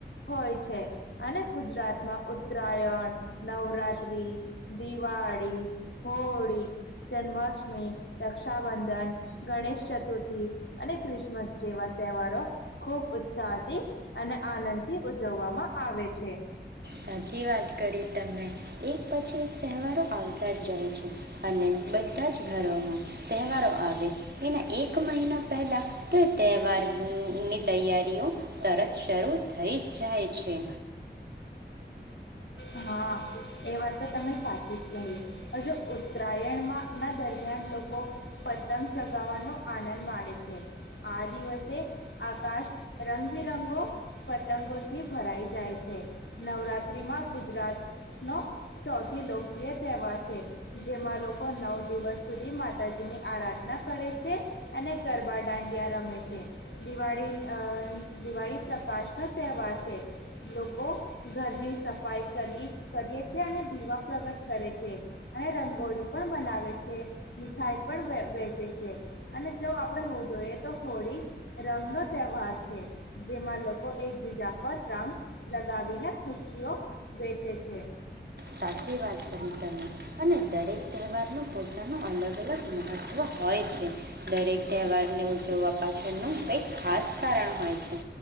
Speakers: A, on the left; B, on the right.
A: હોય છે. અને ગુજરાતમાં ઉત્તરાયણ, નવરાત્ર્રી, દિવાળી, હોળી જન્માષ્ટમી, રક્ષાબંધન, ગણેશ ચતુર્થી અને ક્રિસમસ જેવા તહેવારો, ખુબ ઉત્સાહથી અને આનંદથી ઉજવવામાં આવે છે.
B: સાચી વાત. કરી તમે, એક પછી તહેવારો આવતા જ રહે છે, અને બધા જ ઘરોમાં, તહેવારો આવે તેના એક મહિના પહેલા તે તહેવારની તૈયારીઓ તરત શરૂ થઈ જ જાય છે.
A: હા એ વાત તો તમે સાચી જ કહી, હજુ ઉત્તરાયણમાં ના દરમિયાન લોકો, પતંગ ચગાવવાનો આનંદ માણેે છે, આ દિવસે આકાશ રંગબે રંગો પતંગોથી ભરાઈ જાય છે, નવરાત્રીમાં ગુજરાતનો સૌથી લોકપ્રિય તહેવાર છે, જેમાં લોકો નવ દિવસ સુધી માતાજીની આરાધના કરે છે, અને ગરબા દાંડિયા રમે છે, દિવાળી અહ દિવાળી પ્રકાશનો તહેવાર છે, લોકો ઘરની સફ સફાઈ કરી કરીએ છીએ અને દીવા પ્રગટ કરીએ છીએ, અને રંગોળી પણ બનાવે છે, મીઠાઈ પણ વ વેચે છે, અને જો આપણે હો જોઈએ તો હોળી રંગનો તહેવાર છે, જેમાં લોકો એકબીજા પર રંગ લગાવીને ખુશીઓ વેચે છે.
B: સાચી વાત કરી તમે, અને દરેક તહેવારનું પોતાનું અલગ અલગ મહત્ત્વ હોય છે, દરેક તહેવારને ઉજવવા પાછળ એનું કંઈક ખાસ કારણ હોય.